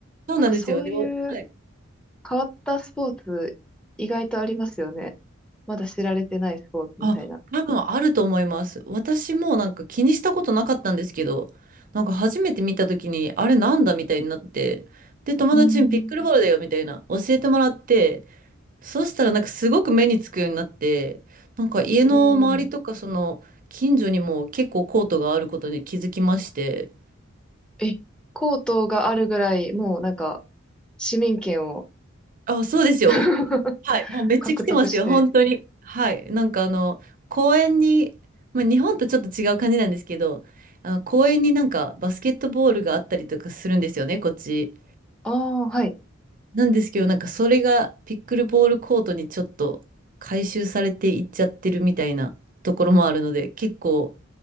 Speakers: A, on the right; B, in the centre.
A: そうなんですよ。
B: なんかそういう
A: で、はい。
B: 変わったスポーツ、意外とありますよね。まだ知られてないスポーツみたいな。
A: あ、多分あると思います。私もなんか気にしたことなかったんですけど、なんか初めて見た時に、あれなんだみたいになって、で、友達にピックルボールだよみたいな教えてもらって、
B: うん。
A: そうしたらなんかすごく目につくようになって、なんか家の周りとかその近所にも結構コートがあることに気づきまして、
B: うん。え、コートがあるぐらい、もうなんか、市民権を
A: あ、そうですよ。
B: <laughs>
A: はい。もうめっちゃ来てますよ、
B: 獲得して。
A: 本当に。はい。なんかあの、公園に、まあ、日本とちょっと違う感じなんですけど、あの、公園になんかバスケットボールがあったりとかするんですよね、こっち。
B: ああ、はい。
A: なんですけど、なんかそれがピックルボールコートにちょっと回収されていっちゃってるみたいなところもあるので、結構、